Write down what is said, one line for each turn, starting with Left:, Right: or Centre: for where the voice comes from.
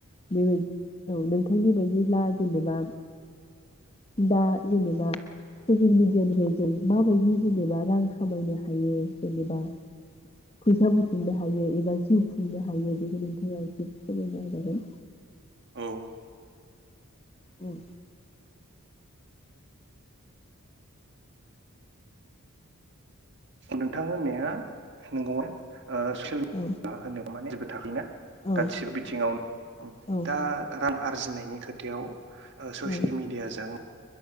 Left: बे औ नोंथांनि बायदिब्ला जेनेबा दा जेनेबा ससियेल मिडियानिफ्राय जों माबायदि जेनेबा रां खामायनो हायो जेनेबा फैसा बुथुमनो हायो हायो एबा जिउ खुंनो हायो बेखौ नोंथाङा एसे फोरमायना होजागोन।
Right: औ
Left: उम।
Right: नोंथां होननाया नंगौना? ओ ससियेल मिडिया
Left: औ
Right: होनोब माने <unintelligible>
Left: औ औ
Right: गासिबो बिथिङावनो
Left: औ
Right: दा रां आरजिनायनि खथियाव ससियेल
Left: औ
Right: मिडियाजों